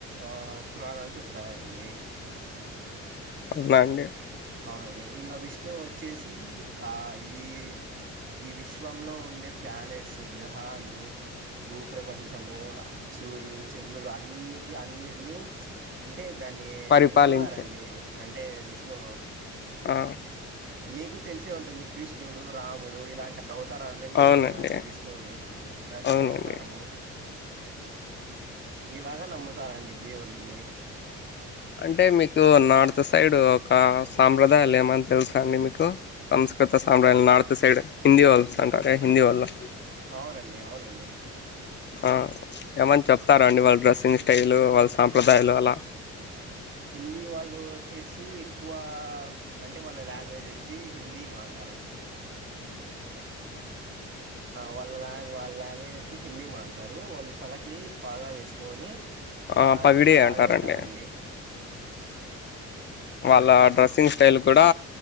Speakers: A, on the right; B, on the left.
A: ఆ పురాణాలు చెప్తాయండి.
B: అవునా అండి
A: అవునండి ఇంకా విష్ ఇట్ ను వచ్చేసి అ ఈ ఈ విశ్వంలో ఉండే ప్లానెట్స్, గ్రహాలు, భూప్రపంచము, సూర్యుడు, చంద్రుడు, అన్నిక అన్నిటినీ అ టే దాన్ని
B: పరిపాలించే
A: రూలర్ండి అంటే వి విష్ణు
B: ఆ
A: మీకు తెలిసే ఉంటుంది కృష్ణుడు రాముడు ఇలాంట అవతారాలనే
B: అవునండి
A: ఎత్తానండి విష్ణువుడు నరసింహ
B: అవునండి
A: అవతారము ఇలాగ నమ్ముతారండి దేవుల్ని
B: అంటే మీకు నార్త్ సైడ్ ఒక సాంప్రదాయాలు ఏమని తెలుసు అండి మీకు సంస్కృత సాంప్రదాయాలు నార్త్ సైడ్ హిందీ వాళ్ళు అంటారే హిందీ వాళ్ళు
A: అవునండి అవునండి
B: ఆ ఏమని చెప్తారా అండి వాళ్ళ డ్రెస్సింగ్ స్టైల్ వాళ్ళ సాంప్రదాయాలు అలా
A: హిందీ వాళ్ళు వచ్చేసి ఎక్కువ అంటే వాళ్ళ లాంగ్వేజ్ వచ్చి హిందీ మడతారండి వాళ్ళ లా వాళ్ళ లాంగ్వేజ్ వచ్చి హిందీ మాడాతారు వాళ్ళు తలకి పాగా వేసుకొని
B: ఆ
A: ఆయన
B: పగిడి
A: అలాగ
B: అంటారండి
A: ఉంటారండి
B: వాళ్ళ డ్రెస్సింగ్ స్టైల్ కూడా